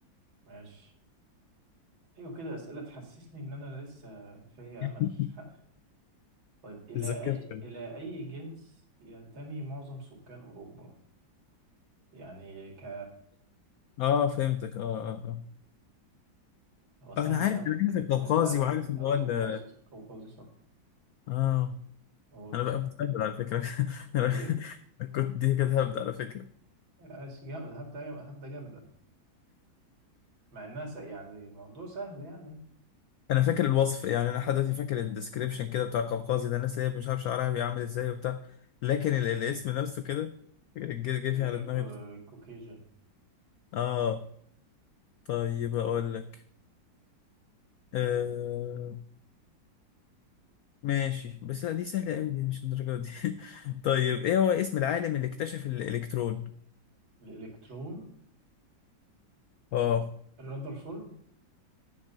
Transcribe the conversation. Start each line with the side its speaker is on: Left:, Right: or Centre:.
Right: ماشي ايوه كده اسئله تحسسني ان انا لسه فيا
Left: <laughs>
Right: امل <laughs> طيب الى
Left: اتذكرت
Right: اي الى اي جنس ينتمي معظم سكان اوروبا يعني ك
Left: اه فهمتك اه اه اه
Right: هو سهل
Left: آه، انا عارف
Right: أوي
Left: انا عارف القوقازي
Right: سهل أوي
Left: وعارف اللي
Right: آه،
Left: هو ال-
Right: قوقازي قوقازي صح
Left: اه
Right: هو ده
Left: انا
Right: السؤال
Left: بقى متأهل على فكره <laughs> انا
Right: إيه؟
Left: كنت دي كده هبدأ على فكره
Right: آسي جا- هبدة هبدة جامدة مع إنها س- يعني الموضوع سهل يعني
Left: انا فاكر الوصف يعني انا لحد دلوقتي فاكر الديسكريبشن كده بتاع قوقازي ده الناس اللي هي مش عارف شعرها بيعمل ازاي وبتاع لكن ال- الاسم نفسه كده جه جه في على
Right: الكوكيجن
Left: دماغي اه طيب اقول لك آه ماشي بس لا دي سهله قوي دي مش الدرجه دي <laughs> طيب ايه هو اسم العالم اللي اكتشف الالكترون
Right: الإلكترون
Left: اه
Right: الرذرفورد